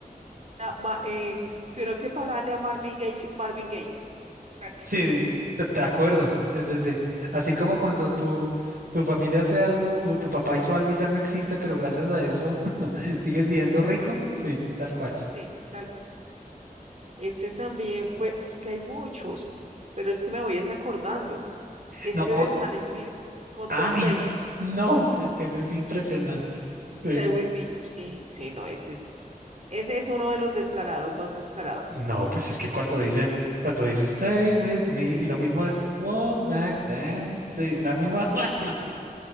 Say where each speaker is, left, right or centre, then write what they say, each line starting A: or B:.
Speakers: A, on the right; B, on the right.
A: Na- ma- eh, tuvieron que pagarle a Marvin Gaye sin Marvin Gaye. para que-
B: Sí, de de acuerdo. Sí, sí, sí. Así como cuando tu, tu familia hace algo o tu papá hizo algo y ya no existe, pero gracias a eso <laughs> sigues viviendo rico. Sí, tal cual.
A: Sí, tal. Ese también fue, es que hay muchos, pero es que me voy es acordando. Este
B: No,
A: de
B: o-
A: Sam Smith con
B: ay,
A: Tom Petty,
B: s- no, ese, ese es impresionante. Sí.
A: Stay With Me. Sí, sí, no, ese es, ese es uno de los descarados más descarados.
B: No, pues es que cuando dicen,
A: Sí.
B: cuando dice stay with me y lo mismo de won't back down, sí, la misma <laughs> vaina.